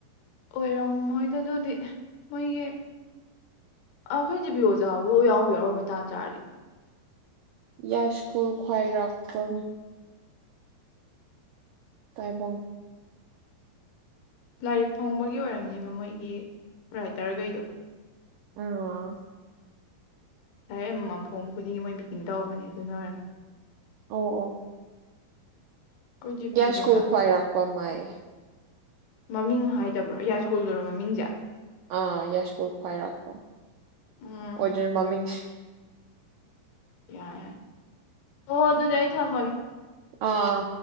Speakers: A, on the left; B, on the right.
A: ꯑꯣꯏꯔꯝꯃꯣꯏꯗ ꯑꯗꯨꯗꯤ ꯃꯣꯏꯒꯤ ꯑꯩꯈꯣꯏ ꯖꯤ ꯕꯤꯌꯣꯖꯥꯕꯨ ꯌꯥꯎꯕ ꯌꯥꯎꯔꯝꯃꯣꯏ ꯇꯥꯟꯖꯥꯔꯗꯤ
B: ꯌꯥꯁꯀꯜ ꯈ꯭ꯋꯥꯏꯔꯥꯛꯗ ꯇꯥꯏꯕꯪ
A: ꯂꯥꯏꯔꯤꯛ ꯐꯣꯡꯕꯒꯤ ꯑꯣꯏꯔꯝꯅꯦꯕ ꯃꯣꯏꯒꯤ ꯔꯥꯏꯇꯔꯈꯩꯗꯣ
B: ꯑ
A: ꯇꯔꯦ ꯑꯃꯃꯝ ꯐꯣꯡꯕ ꯈꯨꯗꯤꯡꯒꯤ ꯃꯣꯏ ꯃꯤꯇꯤꯡ ꯇꯧꯕꯅꯦ ꯑꯗꯨꯅ ꯑꯣꯏꯔꯝꯅꯤ
B: ꯑ ꯑ
A: ꯑꯩꯈꯣꯏ ꯖꯤꯄꯤꯒꯤ
B: ꯭ꯁ
A: ꯑꯣꯖꯥꯗꯤ
B: ꯀꯨꯜ ꯈ꯭ꯋꯥꯥꯏ
A: ꯀꯩ
B: ꯔꯥꯛꯄ ꯃꯥꯥꯏ
A: ꯃꯃꯤꯡ ꯍꯥꯏꯗꯕ꯭ꯔꯣ ꯌꯥꯏ ꯁ꯭ꯀꯨꯜꯗꯨꯔꯣ ꯃꯃꯤꯡꯁꯦ
B: ꯑꯥ ꯌꯥꯁꯀꯨꯔ ꯈ꯭ꯋꯥꯏꯔꯥꯛꯨꯝ
A: ꯎꯝ
B: ꯑꯣꯏꯗꯣꯏꯅꯤ ꯃꯃꯤꯡꯁꯦ
A: ꯌꯥ ꯌꯥ ꯍ ꯑꯣ ꯑꯗꯨꯣꯖꯏ ꯊꯥꯃꯒ
B: ꯑꯥ